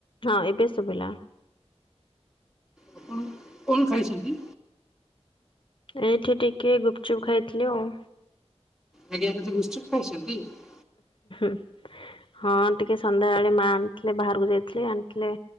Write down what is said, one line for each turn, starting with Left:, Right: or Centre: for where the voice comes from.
Left: ହଁ ଏବେ ସୁବିଲା।
Centre: ଆପଣ କଣ ଖାଇଛନ୍ତି?
Left: ଏଇଠି ଟିକେ ଗୁପଚୁପ ଖାଇଥିଲି ଆଉ।
Centre: ଆଜ୍ଞା <unintelligible>
Left: <inaudible> ହଁ ଟିକେ ସନ୍ଧ୍ୟାବେଳେ ମା ଆଣିଥିଲେ ବାହାରକୁ ଯାଇଥିଲେ ଆଣିଥିଲେ।